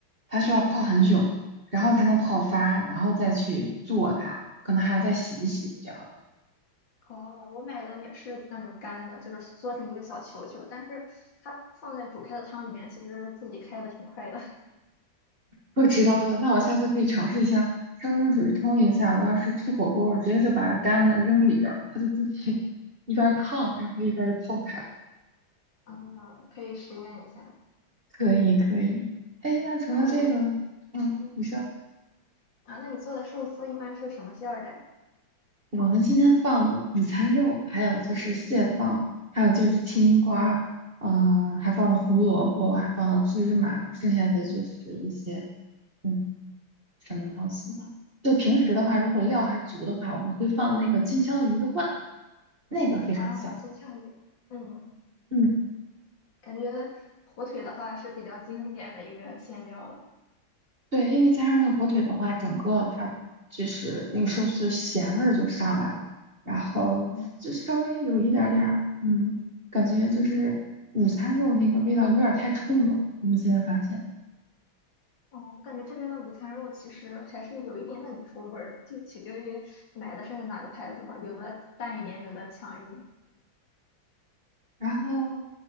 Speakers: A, on the right; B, on the left.
A: 它需要泡很久，然后才能泡发，然后再去做它，可能还要再洗一洗这样。
B: 哦，我买的也是那种干的，就是缩成一个小球球，但是它放在煮开的汤里面，其实自己开的挺快的，
A: 我知道了，那我下次可以尝试一下，烧热水冲一下。我要是吃火锅，我直接就把干的扔里边儿，它就自己 <laughs> 一边儿烫，然后一边儿就泡开了。
B: <laughs> 嗯，可以实验一下。
A: 可以，可以。哎，那除了这个，
B: 那你，
A: 嗯，
B: 嗯
A: 你说
B: 啊，那你做的寿司一般是什么馅儿的呀？
A: 我们今天放的午餐肉，还有就是蟹棒，还有就是青瓜，嗯、还放了胡萝卜，还放了芝麻，剩下的就是一些嗯什么东西呢？就平时的话，
B: 嗯，
A: 如果料还足的话，我们会放那个金枪鱼的罐头，那个非常香。
B: 啊，金枪鱼，嗯，
A: 嗯，
B: 感觉火腿的话是比较经典的一个馅料了。
A: 对，因为加上那个火腿的话，整个它就是那个寿司咸味儿就上来了，然后就稍微有一点儿点儿，
B: 嗯，
A: 嗯，感觉就是午餐肉那个味道有点儿太冲了，我们现在发现。
B: 哦，我感觉这边的午餐肉其实还是有一点点出味儿的就取决于买的是哪个牌子吧，有的淡一点，有的强一点。
A: 然后